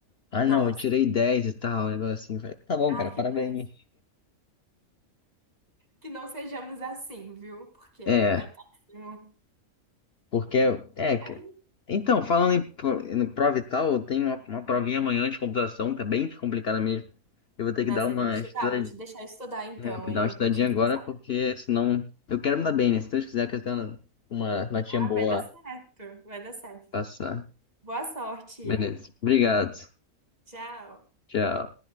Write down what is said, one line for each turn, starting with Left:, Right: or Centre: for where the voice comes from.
Left: Ah,
Right: Nossa,
Left: não, eu tirei 10 e tal, um negócio assim. Eu Falei, tá bom,
Right: ai
Left: cara, parabéns.
Right: que péssimo. Que não sejamos assim, viu? Porque é
Left: É.
Right: péssimo.
Left: Porque, é, que-
Right: Ai,
Left: então, falando em, pro- em prova e tal, eu tenho uma, uma provinha amanhã de computação, tá bem complicada mesmo. Eu vou ter
Right: não,
Left: que dar
Right: você
Left: uma
Right: tem que estudar,
Left: estudadinha,
Right: vou te deixar estudar então,
Left: é, dar
Right: hein? Não
Left: uma estudadinha
Right: vou encher
Left: agora,
Right: seu saco.
Left: porque senão eu quero me dar bem, né? Se Deus quiser, eu quero ter uma uma notinha
Right: Ah,
Left: boa
Right: vai dar certo,
Left: lá,
Right: vai dar certo.
Left: passar.
Right: Boa sorte.
Left: Beleza. Obrigado.
Right: Tchau.
Left: Tchau.